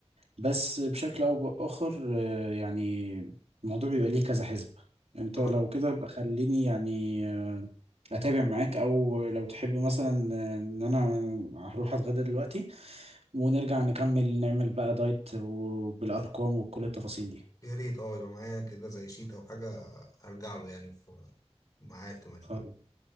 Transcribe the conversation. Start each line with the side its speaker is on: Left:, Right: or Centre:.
Right: بس بشكل او باخر آه، يعني الموضوع بيبقى ليه كذا حسبة انت
Left: كده
Right: لو كده بقى خليني يعني آه، اتابع معاك او لو تحب مثلا ان انا هروح اتغدى دلوقتي ونرجع نكمل نعمل بقى دايت وبالارقام وكل التفاصيل دي
Left: يا ريت اه يبقى معايا كده زي شيت او حاجة هرجع له يعني في معايا في تمارين
Right: خل-